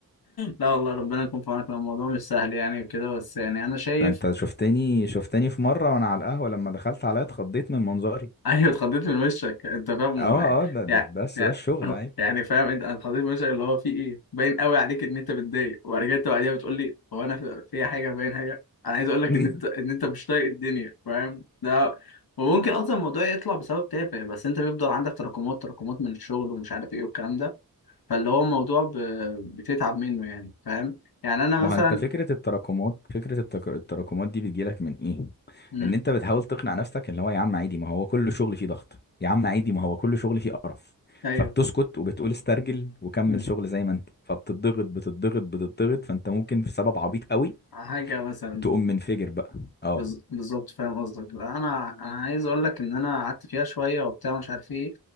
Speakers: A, on the left; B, on the left.
A: لا والله ربنا يكون في عونك لو الموضوع مش سهل يعني وكده بس يعني انا شايف
B: انت شفتني شفتني في مره وانا على القهوه لما دخلت عليا اتخضيت من منظري
A: <laughs> ايوه اتخضيت من وشك انت فاهم
B: اه
A: هو يعني
B: اه ده ده
A: يعني
B: بس
A: يعني
B: ده الشغل عادي
A: يعني فاهم انت انا اتخضيت من وشك اللي هو في ايه باين قوي عليك ان انت متضايق وبعد كده انت بعديها بتقول لي هو انا في في حاجه باين حاجه انا عايز اقول لك
B: <laughs>
A: ان انت ان انت مش طايق الدنيا فاهم ده وممكن اصلا الموضوع يطلع بسبب تافه بس انت بيفضل عندك تراكمات تراكمات من الشغل ومش عارف ايه والكلام ده فاللي هو الموضوع ب... بتتعب منه يعني فاهم يعني انا
B: ما
A: مثلا
B: هو انت فكره التراكمات فكره التك- التراكمات دي بتجيلك من ايه
A: مم.
B: ان انت بتحاول تقنع نفسك اللي هو يا عم عادي ما هو كل شغل فيه ضغط يا عم عادي ما هو كل شغل فيه قرف
A: ايوه
B: فبتسكت وبتقول استرجل وكمل
A: مم.
B: شغل زي ما انت فبتضغط بتضغط بتضغط فانت ممكن في سبب عبيط قوي
A: حاجه مثلا
B: تقوم منفجر بقى اه
A: بز- بالظبط فاهم قصدك لا، انا انا عايز اقول لك ان انا قعدت فيها شويه وبتاع مش عارف ايه